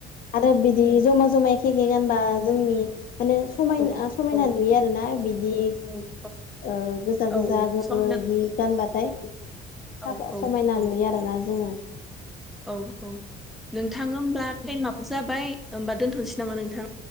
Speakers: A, on the left; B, in the centre.
A: आरो बिदि जमा जमा एखे एखे गानबा जोंनि माने समायना
B: औ औ
A: समायना
B: औ
A: नुयो आरोना बिदि
B: <inaudible>
A: ओ गोजा
B: औ
A: गोजा गोमो
B: सावरायनानैसो
A: इदि गानबाथाय साफा
B: औ औ
A: समायना
B: औ
A: नुयो आरोना जों
B: औ औ नोंथां होमब्ला टाइमाबो जाबाय होमबा दोनथ'नोसै नामा नोंथां